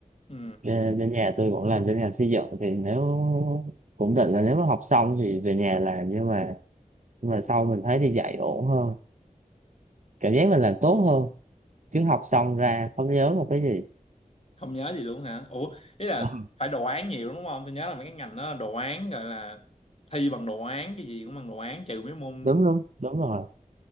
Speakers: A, on the left (about 45°); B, on the right (about 60°).
A: ừ
B: bên bên nhà tôi cũng làm bên ngành xây dựng thì nếu cũng định là nếu mà học xong thì về nhà làm nhưng mà nhưng mà sau mình thấy đi dạy ổn hơn cảm giác mình làm tốt hơn chứ học xong ra không nhớ một cái gì
A: không nhớ gì luôn hả ủa ý là
B: Ờ,
A: phải đồ án nhiều đúng không tôi nhớ là mấy cái ngành đó là đồ án gọi là thi bằng đồ án cái gì cũng bằng đồ án trừ mấy môn
B: đúng đúng đúng rồi